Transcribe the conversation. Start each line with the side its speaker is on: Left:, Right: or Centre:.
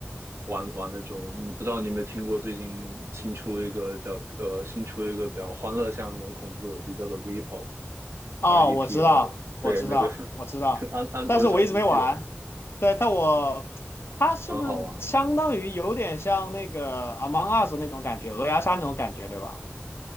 Right: 玩玩那种，你不知道你有没有听过最近新出一个叫呃新出一个比较欢乐向那种恐怖游戏，叫做 Repo，R
Left: 哦，
Right: E
Left: 我知道，
Right: P O 的，对，
Left: 我知道，
Right: 那个 <laughs>
Left: 我知道，
Right: 安安卓小机器人
Left: 但是我一直没玩。对，但我它是不是相当于有点像那个《Among
Right: 很好玩。
Left: Us》那种感觉，鹅鸭杀那种感觉，对吧？